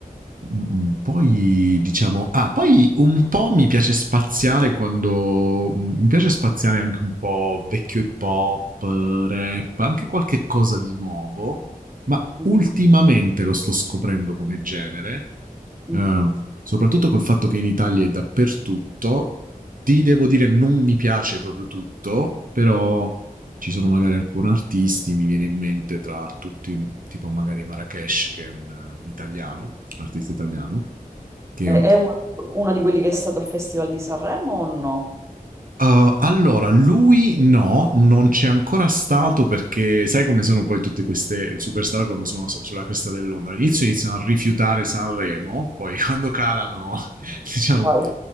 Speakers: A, on the right (about 65°); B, on the right (about 20°).
A: mm, Poi diciamo, ah, poi un po' mi piace spaziare quando mm, mi piace spaziare anche un po' vecchio hip hop, rap, anche qualche cosa di nuovo, ma
B: mhm,
A: ultimamente lo sto scoprendo come genere,
B: mhm.
A: eh, soprattutto col fatto che in Italia è dappertutto. Ti devo dire, non mi piace proprio tutto, però. Ci sono magari alcuni artisti, mi viene in mente tra tutti, tipo magari Marrakesh, che è un, un italiano, un artista italiano, che
B: È, è uno, uno di quelli che è stato al Festival di Sanremo o no?
A: Uh, allora, lui no, non c'è ancora stato perché sai come sono poi tutte queste superstar quando sono su- sulla cresta dell'onda. All'inizio iniziano a rifiutare Sanremo, poi <laughs> quando calano, diciamo,
B: Poi,